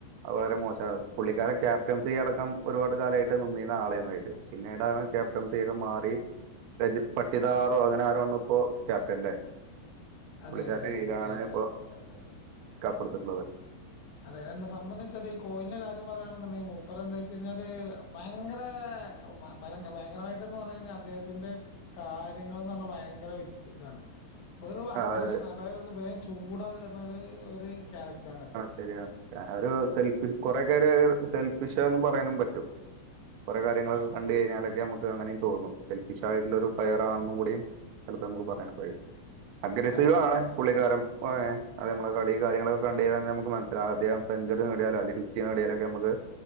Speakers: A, on the right; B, on the left.
A: വളരെ മോശാ പുള്ളിക്കാരൻ ക്യാപ്റ്റൻസി അടക്കം ഒരുപാട് കാലായിട്ട് നിന്നീന്ന ആളായിരുന്നു അയില് പിന്നീടാണ് ക്യാപ്റ്റൻസിയൊക്കെ മാറി രജിത് പട്ടിദാറോ അങ്ങനെ ആരോണ് ഇപ്പോ ക്യാപ്റ്റൻ ല്ലേ
B: അതെ
A: പുള്ളിക്കാരന്റെ
B: രജത്
A: കയ്യിലാണ്
B: പട്ടിയാർ
A: ഇപ്പൊ
B: അതെ അതെ അതെ
A: കപ്പെടുത്തിട്ടുള്ളത്
B: അതെ എന്താ സംബന്ധിച്ച ഈ കോയിൽ ന്റെ കാര്യം പറയാണുണ്ടെങ്കി മൂപ്പര് എന്തച്ചയ്ഞ്ഞാല് ഭയങ്കര <unintelligible> ഭയങ്കരമായിട്ട്ന്ന് അദ്ദേഹത്തിന്റെ കാര്യങ്ങൾന്ന് പറഞ്ഞാൽ ഭയങ്കര വ്യത്യ താണ് വെറും അഗ്രഷൻ
A: അത്
B: അതായത് വേം ചൂട കയറ്ണെഒരു ഒരു ക്യാരക്ടരാണ് അദ്ദേഹം
A: ശരിയാ ഒരു സെൽഫിഷ് കൊറെകൊരു സെൽഫിഷാന്ന് പറയാനും പറ്റും കുറെ കാര്യങ്ങളൊക്കെ
B: അ-
A: കണ്ട് കഴിഞ്ഞാലക്കെ ഞമ ക്ക്‌ അങ്ങനീം തോന്നും സെൽഫിഷ് ആയിട്ടുള്ള ഒരു പ്ലെയറാണെന്നു കൂടിയും ചിലപ്പോ ഞമക്ക് പറയാനും കഴിയും അഗ്രസീവാണ്
B: അതെ അതെ
A: പുള്ളിക്കാരം <unintelligible> അതെ നമ്മളെ കളി കാര്യങ്ങളൊക്കെ കണ്ട്കഴിഞ്ഞ ഞമുക്ക്‌ മനസിലാകും അദ്ദേഹം സെഞ്ച്വറി നേടിയാലോ അല്ലെ ഫിഫ്റ്റി നേടിയലോ ക്കെ ഞമക്ക്